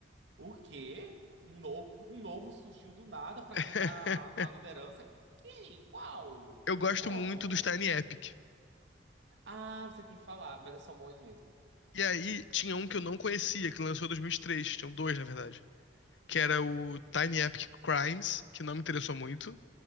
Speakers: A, on the right; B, on the left.
A: O quê? Um novo, um novo surgiu do nada para
B: <laughs>
A: ganhar a liderança. Quem? Qual?
B: Eu gosto
A: Como?
B: muito dos Tiny Epic.
A: Ah, você tem falado, mas eles são bons mesmo.
B: E aí tinha um que eu não conhecia, que lançou em 2003. Tinham dois, na verdade. Que era o Tiny Epic Crimes, que não me interessou muito.